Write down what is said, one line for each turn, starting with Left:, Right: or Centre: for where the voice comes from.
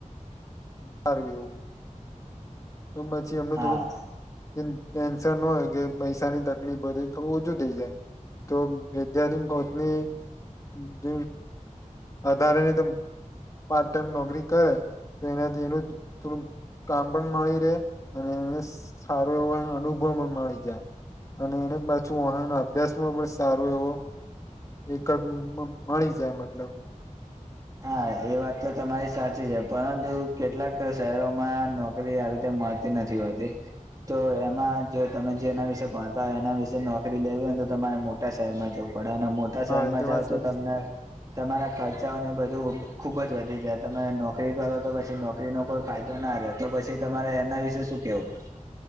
Left: બાર એવું તો પછી અમને
Right: હા
Left: થોડુંક ટેન્શન ન હોય કે પૈસાની તકલીફ બધે થોડું ઓછું થઈ જાય તો વિદ્યાથીિ બહતની દ વધારે ની પાર્ટ ટાઈમ નોકરી કરે તો એનાથી એનું થોડું કામ પણ મળી રહે અને એને સારો એવો અનુભવ પણ મળી જાય અને એને પાછું વના અભ્યાસમાં પણ સારો એવો એક મળી જાય મતલબ
Right: હા એ વાત તો તમારી સાચી છે પરંતુ કેટલાક શહેરોમાં નોકરી આવી રીતે માતી નથી હોતી તો એમાં જો તમે જે એના વિશે ભણતા હોય એના વિશે નોકરી લેવી હો ને તો તમારે મોટા શહેરમાં જોવ પડે અને મોટા
Left: હા
Right: શહેરમાં
Left: એ વાત
Right: જાવ
Left: સાચી
Right: તો તમને
Left: છે.
Right: તમારા ખર્ચાઓને ખુબ જ વધી જાય તમે નોકરી કરો તો પછી નોકરીનો કોઈ ફાયદો ના રહે તો પછી તમારે એ ના વિશે શું કેવું